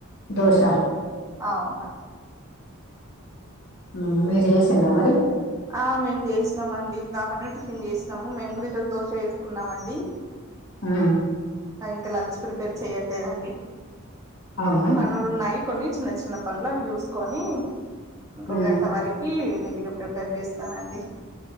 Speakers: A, on the left; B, on the right.
A: దోశ
B: అవునా
A: హ్మ్ మీరు చేసిండ్రా మరి
B: ఆ మేము చేసినాం అండి ఇందాకనే టిఫిన్ చేసినాము మేము కూడా ఈరోజ దోశ చేసుకున్నాం అండి
A: ఆ
B: ఇంకా లంచ్ ప్రిపేర్ చెయ్యట్లేదండి
A: అవునా
B: పనులు ఉన్నాయి కొన్ని చిన్న చిన్న పనులు అవి చూసుకొని ఇంకో
A: ఉమ్
B: గంట వరకి మెల్లగా ప్రిపేర్ చేస్తానండి